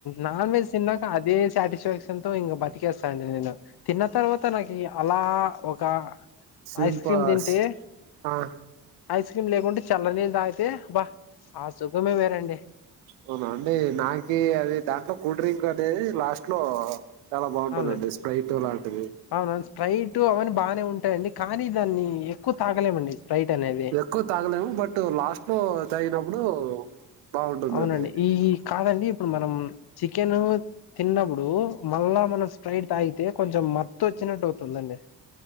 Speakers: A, on the left (about 55°); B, on the right (about 85°).
A: నాన్ వెజ్ తిన్నాక అదే సాటిస్ఫక్షన్ చికెన్ తో ఇంకా బతికేస్తా అండి నేను తిన్న తర్వాత నాకి అలా ఒక
B: సిల్పాస్
A: ఐస్ క్రీమ్ తింటే
B: ఆ
A: ఐస్ క్రీమ్ లేకుంటే చల్లని నీళ్లు తాగితే బా ఆ సుఖమే వేరండి
B: అవునా అండి నాకీ అది దాంట్లో కూల్ డ్రింక్ అనేది లాస్ట్ లో చాలా బాగుంటుందండి
A: అవునండి
B: స్ప్రైట్ లాంటిది
A: అవునవును స్ప్రైట్ అవన్నీ బానే ఉంటాయండి కానీ దాన్ని ఎక్కువ తాగలేమండి స్ప్రైట్ అనేది
B: ఎక్కువ తాగలేము. బట్ లాస్ట్ లో తాగినప్పుడు బాగుంటుందండి
A: అవునండి ఈ కాదండి ఇప్పుడు మనం చికెన్ తిన్నప్పుడు మళ్ళా మనం స్ప్రైట్ తాగితే కొంచెం మత్తు వచ్చినట్టు అవుతుందండి.